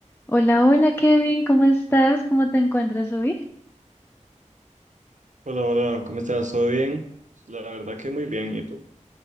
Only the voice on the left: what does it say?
Hola, hola Kevin, ¿cómo estás? ¿Cómo te encuentras hoy?